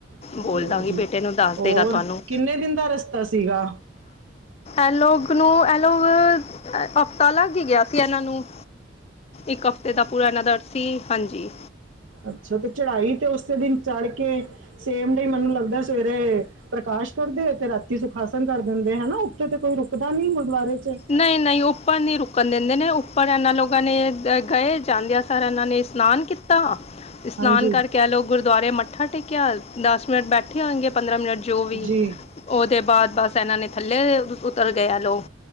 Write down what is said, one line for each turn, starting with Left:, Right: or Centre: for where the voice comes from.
Right: ਚਲੋ
Left: ਬੋਲਦਾ ਗੀ
Right: ਜੀ
Left: ਬੇਟੇ ਨੂੰ ਦੱਸ
Right: ਹੋਰ
Left: ਦੇਗਾ ਤੁਹਾਨੂੰ,
Right: ਕਿੰਨੇ ਦਿਨ ਦਾ ਰਸਤਾ ਸੀਗਾ
Left: ਇਹਲੋਗ ਨੂੰ ਇਹਲੋਗ ਹਫ਼ਤਾ ਲੱਗ ਹੀ ਗਿਆ ਸੀ ਇਹਨਾਂ ਨੂੰ, ਇੱਕ ਹਫ਼ਤੇ ਦਾ ਪੂਰਾ ਇਹਨਾ ਦਾ ਸੀ, ਹਾਂਜੀ।
Right: ਅੱਛਾ ਤੇ ਚੜ੍ਹਾਈ ਤੇ ਉਸੇ ਦਿਨ ਚੜ੍ਹ ਕੇ ਸੇਮ ਡੇਅ ਮੈਨੂੰ ਲੱਗਦਾ ਸਵੇਰੇ ਪ੍ਰਕਾਸ਼ ਕਰਦੇ, ਤੇ ਰਾਤੀ ਸੁਖਾਸਨ ਕਰ ਦਿੰਦੇ ਹਨਾ, ਉੱਥੇ ਤੇ ਕੋਈ ਰੁਕਦਾ ਨੀ ਗੁਰਦੁਆਰੇ ਚ,
Left: ਨਹੀਂ- ਨਹੀਂ ਉੱਪਰ ਨੀ ਰੁਕਣ ਦਿੰਦੇ ਨੇ, ਉੱਪਰ ਇਹਨਾਂ ਲੋਕਾਂ ਨੇ ਗਏ ਜਾਂਦੇ, ਉਪਹ ਇਹਨਾਂ ਨੇ ਇਸ਼ਨਾਨ ਕੀਤਾ-ਇਸ਼ਨਾਨ
Right: ਹਾਂਜੀ
Left: ਕਰਕੇ, ਕਹਿ ਲਓ ਗੁਰਦੁਆਰੇ ਮੱਥਾ ਟੇਕਿਆ, ਦਸ ਮਿੰਟ ਬੈਠੇ ਹੋਣਗੇ ਪੰਦਰਾਂ ਮਿੰਟ ਜੋ ਵੀ,
Right: ਜੀ
Left: ਉਹਦੇ ਬਾਅਦ ਬਸ ਇਹਨਾ ਨੇ ਥੱਲੇ ਉਤਰ ਗਏ ਏ ਲੋਗ,